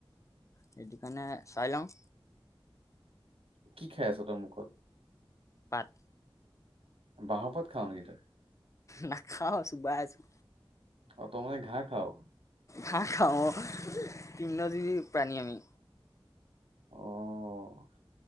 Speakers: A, on the left; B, on the right.
A: সেইটো কাৰণে চাই লওঁ।
B: কি খাই আছ তই মুখত?
A: পাত।
B: বাঁহৰপাত খাওঁ নেকি তই?
A: নাখাওঁ, চোবাই আছোঁ।
B: অ' তই মানে ঘাঁহ খাও?
A: ঘাহঁ খাওঁ অ' তৃৰ্নজীৱি প্ৰাণী আমি।
B: অ'।